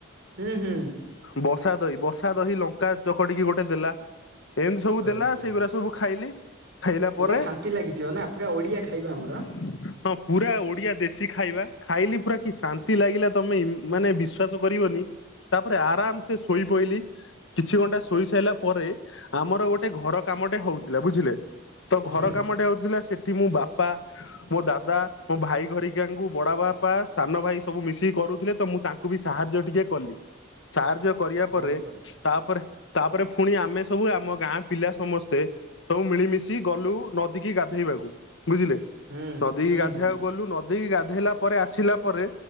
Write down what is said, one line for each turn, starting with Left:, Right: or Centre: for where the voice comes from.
Right: ହୁଁ ହୁଁ।
Left: ବସା ଦହି ବସା ଦହି ଲଙ୍କା ଚକଟିକି ଗୋଟେ ଦେଲା ଏମିତି ସବୁ ଦେଲା
Right: ଓହୋ
Left: ସେଇଗୁଡା ସବୁ ଖାଇଲି। ଖାଇଲା
Right: ପୁରା
Left: ପରେ
Right: ଶାନ୍ତି ଲାଗିଥିବ ନା। ପୁରା ଓଡିଆ
Left: ହଁ।
Right: ଖାଇବା ଆମର
Left: ପୁରା ଓଡିଆ ଦେଶୀ ଖାଇବା ଖାଇଲି ପୁରା କି ଶାନ୍ତି ଲାଗିଲା ତମେ ମାନେ ବିଶ୍ୱାସ କରିବନି। ତାପରେ ଆରାମ ସେ ଶୋଇ ପଇଲି କିଛି ଘଣ୍ଟା ଶୋଇ ସାରିଲା ପରେ ଆମର ଗୋଟେ ଘର କାମଟେ ହଉଥିଲା ବୁଝିଲେ ତ
Right: ହୁଁ
Left: ଘର କାମଟେ ହଉଥିଲା ସୋ ଏଠି ମଁ ବାପା ମୋ ଦାଦା ମୋ ଭାଇ ଘରିକିଆଙ୍କୁ ବଡ ବାପ। ବାପା ସାନ ଭାଇ ସବୁ ମିଶିକି କରୁଥିଲେ ତ ମୁଁ ତାଙ୍କୁ ବି ସାହାଯ୍ୟ ଟିକେ କଲି ସାହାଯ୍ୟ କରିବା
Right: ବହୁତ
Left: ପରେ
Right: ଭଲ
Left: ତାପରେ ତାପରେ ପୁଣି ଆମେ ସବୁ ଆମ ଗାଁ ପିଲା ସମସ୍ତେ। ସବୁ ମିଳିମିଶି ଗଲୁ ନଦୀ କି ଗାଧେଇବାକୁ ବୁଝିଲେ
Right: ହୁଁ
Left: ନଦୀ
Right: ହୁଁ
Left: ଗାଧେଇବାକୁ
Right: ବୁଝୁଛି
Left: ଗଲୁୀ। ନଦିକି ଗାଧୋଇଲା ପରେ ଆସିଲା ପରେ।